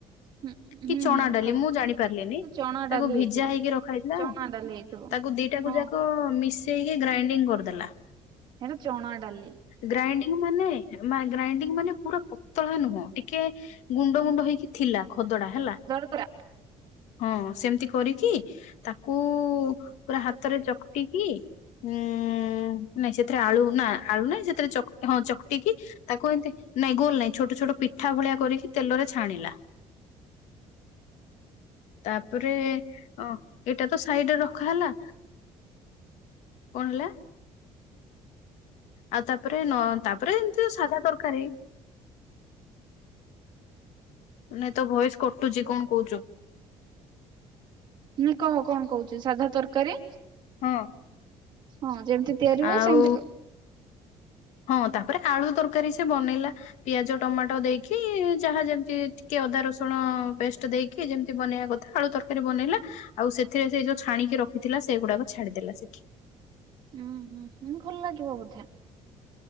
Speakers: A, on the right; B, on the left.
A: ହୁଁ ହୁଁ
B: କି ଚଣା
A: ହୁଁ
B: ଡାଲି
A: କହ
B: ମୁଁ ଜାଣି ପାରିଲିନି
A: ସେ ଚଣା ଡାଲି
B: ତାକୁ ଭିଜା
A: ହେଇଥିବ
B: ହେଇକି ରଖା ହେଇଥିଲା।
A: ଚଣା ଡାଲି ହେଇଥିବ
B: ତାକୁ ଦିଟାକୁ
A: ହଁ।
B: ଯାକ ମିଶେଇକି ଗ୍ରାଇଣ୍ଡିଙ୍ଗ କରିଦେଲା।
A: ହେରା ଚଣା ଡାଲି।
B: ଗ୍ରାଇଡିଙ୍ଗ ମାନେ ମା ଗ୍ରାଇଣ୍ଡିଙ୍ଗ ମାନେ ପୁରା ପ ପତଳା ନୁହଁ ଟିକେ ଗୁଣ୍ଡ ଗୁଣ୍ଡ ହେଇକି ଥିଲା ଖଦଡା ହେଲା।
A: ଦରଦରା
B: ହଁ ସେମିତି କରିକି ତାକୁ ପୁରା ହାତରେ ଚକଟି କି ହୁଁ। ନାଇଁ ସେଥିରେ ଆଳୁ ନା ଆଳୁ ନାଇଁ ସେଥିରେ ଚକ ହଁ ଚକଟି କିି ତାକୁ ଏମିତି ନାଇଁ ଗୋଲ ନାଇଁ। ଛୋଟ ଛୋଟ ପିଠା ଭଳିଆ କରିକି ତେଲରେ ଛାଣିଲା। ତାପରେ ଅ ଏଟା ତ ସାଇଡରେ ରଖା ହେଲା। କଣ ହେଲା? ଆଉ ତାପରେ ନ ତାପରେ ଏମିତି ସାଧା ତରକାରୀ। ନାଇଁ ତ ଭଏସ କଟୁଚି କଣ କହୁଚୁ।
A: ନା କହ କଣ କହୁଚୁ ସାଧା ତରକାରୀ।
B: ହଁ
A: ହଁ ଯେମିତି ତିଆରି ହୁଏ
B: ଆଉ
A: ସେମତି କ
B: ହଁ ତାପରେ ଆଳୁ ତରକାରୀ ସେ ବନେଇଲା। ପିଆଜ ଟମାଟୋ ଦେଇକି ଯାହା ଯେମିତି ଟିକେ ଅଦା ରସୁଣ ପେଷ୍ଟ ଦେଇକି। କି ଯେମିତି ବନେଇବା କଥା ଆଳୁ ତରକାରୀ ବନେଇଲା। ଆଉ ସେଥିରେ ସେ ଯୋଉ ଛାଣିକି ରଖିଥିଲା ସେଗୁଡାକ ଛାଡିଦେଲା ସେଠି।
A: ଉୁଁ ହୁଁ ହୁଁ ଭଲ ଲାଗିବ ବଧେ।